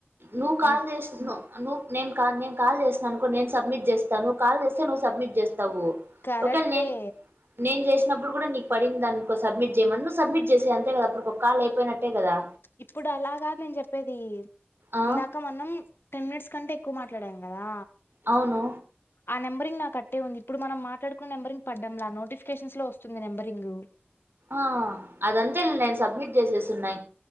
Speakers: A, on the right (about 65°); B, on the left (about 65°).
A: నువ్ కాల్
B: ఆ
A: చేస్తున్నావ్ నువ్వు నేను కా నేను కాల్ చేసిననుకో నేను సబ్మిట్ చేస్తానువవు కాల్ చేస్తే నువ్వు సబ్మిట్ చేస్తావు
B: కరెక్టే
A: ఒకేళ నేను నేను చే వచ్చినప్పుడు కూడా నీ పడిందనుకో సబ్మిట్ చేయమనీ నవ్వు సబ్మిట్ చేసే అంతే కదా అప్పుడు ఒక కాల్ అయిపోయినట్టే కదా
B: ఇప్పుడు అలాగా నేను చెప్పేది
A: ఆ
B: ఇందాక మనం టెన్ మినిట్స్ కంటే ఎక్కువ మాట్లాడాను కదా
A: అవును
B: ఆ నెంబరింగ్ నాకు అట్టే ఉంది ఇప్పుడు మనం మాట్లాడుకున్న నెంబరింగ్ పడ్డంలా నోటిఫికేషన్స్ లో వస్తుంది నెంబరింగ్
A: ఆ అదంతే నేను సబ్మిట్ చేసేసున్నా